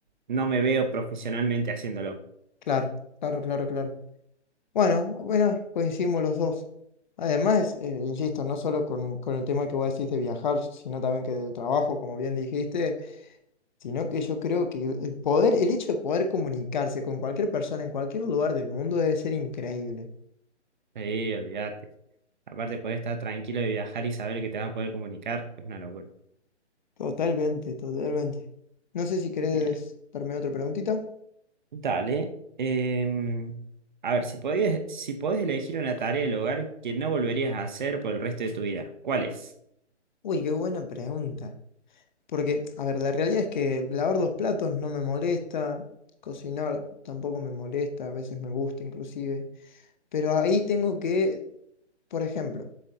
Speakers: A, on the right; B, on the left.
A: no me veo profesionalmente haciéndolo.
B: claro, claro, claro, claro. Bueno, bueno, coincidimos los dos. Además, eh, insisto, no solo con, con el tema que vos decís de viajar, sino también que del trabajo, como bien dijiste, sino que yo creo que el poder, el hecho de poder comunicarse con cualquier persona en cualquier lugar del mundo debe ser increíble.
A: Sí, olvídate. Aparte, poder estar tranquilo de viajar y saber que te vas a poder comunicar es una locura.
B: Totalmente, totalmente. No sé si
A: Bien,
B: querés darme otra preguntita,
A: dale. Em, a ver, si podías, si podés elegir una tarea del hogar que no volverías a hacer por el resto de tu vida, ¿cuál es?
B: Uy, qué buena pregunta. porque, a ver, la realidad es que lavar los platos no me molesta, cocinar tampoco me molesta, a veces me gusta inclusive, pero ahí tengo que, por ejemplo,